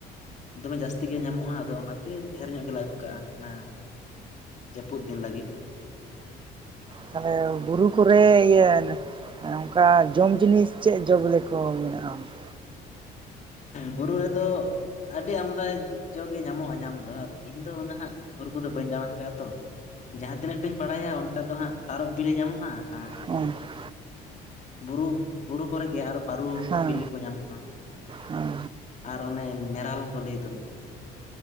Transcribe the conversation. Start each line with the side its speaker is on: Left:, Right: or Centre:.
Left: ᱫᱚᱢᱮ ᱡᱟᱹᱥᱛᱤ ᱜᱮ ᱧᱟᱢᱚᱜᱼᱟ ᱟᱫᱚ ᱚᱱᱟᱛᱮ ᱰᱷᱮᱨ ᱧᱚᱜ ᱜᱮᱞᱮ ᱟᱹᱜᱩ ᱠᱟᱜᱼᱟ ᱦᱮᱸ ᱡᱟᱹᱯᱩᱫ ᱫᱤᱱ ᱞᱟᱹᱜᱤᱫ
Right: ᱛᱟᱦᱚᱞᱮ ᱵᱩᱨᱩ ᱠᱚᱨᱮ ᱤᱭᱟᱹ ᱚᱱᱠᱟ ᱡᱚᱢ ᱡᱤᱱᱤᱥ ᱪᱮᱫ ᱡᱚ ᱵᱮᱞᱮ ᱠᱚ ᱢᱮᱱᱟᱜᱼᱟ
Left: ᱵᱩᱨᱩ ᱨᱮᱫᱚ ᱟᱹᱰᱤ ᱟᱢᱫᱟ ᱡᱚᱜ ᱜᱮ ᱧᱟᱢᱚᱜᱼᱟ ᱧᱟᱢ ᱫᱚ ᱟᱫᱚ ᱤᱧ ᱫᱚ ᱩᱱᱟᱹᱜ ᱦᱟᱸ ᱵᱩᱨᱩ ᱠᱚᱫᱚ ᱵᱟᱹᱧ ᱫᱟᱬᱟ ᱟᱠᱟᱫᱼᱟ ᱛᱚ ᱡᱟᱦᱟᱸ ᱛᱤᱱᱟᱹᱜ ᱴᱟᱧ ᱵᱟᱲᱟᱭᱟ ᱚᱱᱠᱟ ᱫᱚ ᱦᱟᱸᱜ ᱛᱟᱨᱚᱵ ᱵᱤᱞᱤ ᱧᱟᱢᱚᱜᱼᱟ ᱟᱨ
Right: <inaudible>
Left: ᱵᱩᱨᱩ ᱵᱩᱨᱩ ᱠᱚᱨᱮᱜᱮ ᱟᱨᱚ ᱵᱟᱨᱩ
Right: ᱦᱮᱸ
Left: ᱵᱤᱞᱤ ᱠᱚ ᱧᱟᱢᱚᱜᱼᱟ
Right: ᱦᱮᱸ
Left: ᱾ ᱟᱨ ᱚᱱᱮ ᱢᱮᱨᱟᱞ ᱠᱚ ᱞᱟᱹᱭ ᱫᱚ